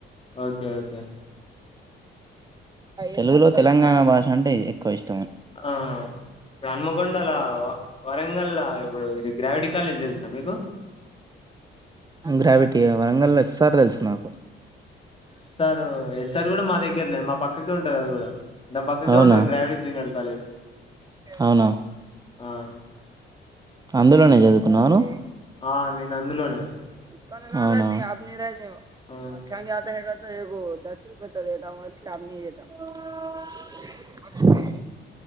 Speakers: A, on the left; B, on the right.
A: ఓకే ఓకే
B: తెలుగులో తెలంగాణ భాష అంటే ఎక్కువ ఇష్
A: ఆ ఇప్పుడు హాన్మకొండలా వరంగల్లా ఇప్పుడు గ్రావిటి కాలేజ్ తెల్సా మీకు
B: గ్రావిటీ వరంగల్లో సారు తెలుసు నాకు
A: ఎస్ సారు ఎస్సార్ కూడ మా దగ్గరనే మా పక్కకే ఉంటంది అది కూడ దాని పక్కకే
B: అవునా
A: ఉంటంది గ్రావిటి జూనియర్ కాలేజ్
B: అవునా
A: ఆ
B: అందులోనే చదువుకున్నాను
A: ఆ నేను అందులోనే
B: <unintelligible>
A: ఆ
B: ఎగో దస్ <unintelligible>